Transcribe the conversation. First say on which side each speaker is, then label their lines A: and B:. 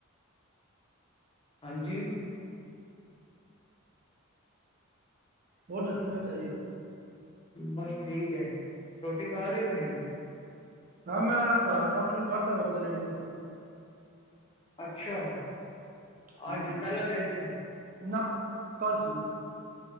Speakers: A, on the left (about 25°); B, on the right (about 40°).
A: ਹਾਂਜੀ
B: ਹੋਰ ਤਾਂ ਸੁਣਾ ਚਾ <inaudible>
A: ਬਸ ਠੀਕ ਹੈ ਰੋਟੀ ਖਾ ਲਈ ਤੁਸੀਂ
B: ਹਾਂ ਮੈਂ ਪੁਰਾਣਾ ਕੰਮ ਸ਼ੁਰੂ ਕਰਤਾ ਉ ਰੇਡੀ ਦਾ
A: ਅੱਛਾ
B: ਹੂੰ
A: ਅੱਜ ਪਹਿਲਾ ਦਿਨ ਸੀ
B: ਨਾ ਕਰਫੂ <inaudible>